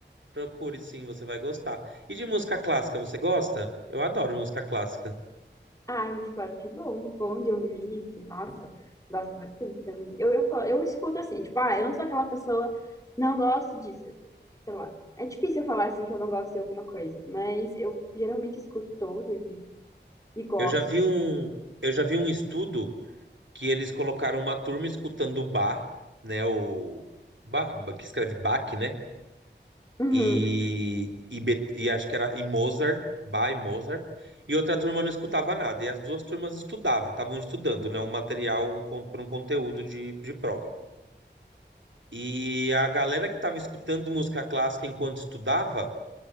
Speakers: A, on the right; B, on the left.
A: Procure sim, você vai gostar. E de música clássica, você gosta? Eu adoro música clássica.
B: Ah, mas eu acho que é bom. Bom de ouvir, assim. Nossa, gosto bastante também. Eu, eu, eu escuto assim, tipo, ah, eu não sou aquela pessoa, não gosto disso. Sei lá. É difícil eu falar assim que eu não gosto de alguma coisa, mas eu geralmente escuto todas e, e gosto,
A: Eu já vi
B: assim.
A: um, eu já vi um estudo. que eles colocaram uma turma escutando Bach, né? O Bach, que escreve Bach, né?
B: Uhum.
A: E, e, Be- e acho que era e Mozart, Bach e Mozart. E outra turma não escutava nada. E as duas turmas estudavam, estavam estudando, né? Um material um, para um conteúdo de, de prova. E a galera que estava escutando música clássica enquanto estudava